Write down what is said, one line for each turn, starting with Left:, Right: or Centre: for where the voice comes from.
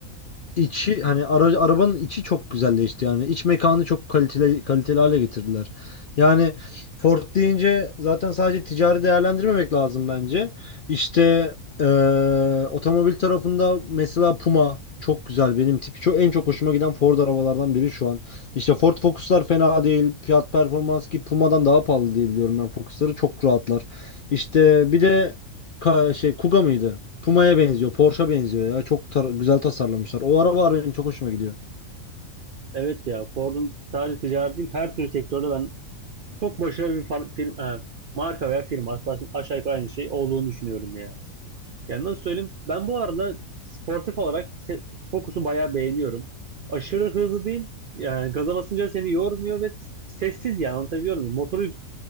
Left: e, içi hani ara, arabanın içi çok güzelleşti yani iç mekanı çok kaliteli kaliteli hale getirdiler. Yani Ford deyince zaten sadece ticari değerlendirmemek lazım bence. İşte e, otomobil tarafında mesela Puma çok güzel benim tipi çok en çok hoşuma giden Ford arabalardan biri şu an. İşte Ford Focus'lar fena değil. Fiyat performans ki Puma'dan daha pahalı diye biliyorum ben Focus'ları. Çok rahatlar. İşte bir de ka- şey Kuga mıydı? Puma'ya benziyor.
Right: <laughs>
Left: Porsche'a benziyor ya. Çok tar- güzel tasarlamışlar. O arabalar benim çok hoşuma gidiyor.
Right: Evet ya Ford'un sadece ticaret değil her türlü sektörde ben çok başarılı bir far- firma, e, marka veya firma aslında aşağı yukarı aynı şey olduğunu düşünüyorum ya. Yani nasıl söyleyeyim ben bu arada sportif olarak se- Focus'u bayağı beğeniyorum. Aşırı hızlı değil yani gaza basınca seni yormuyor ve sessiz yani anlatabiliyor muyum? Motoru yük-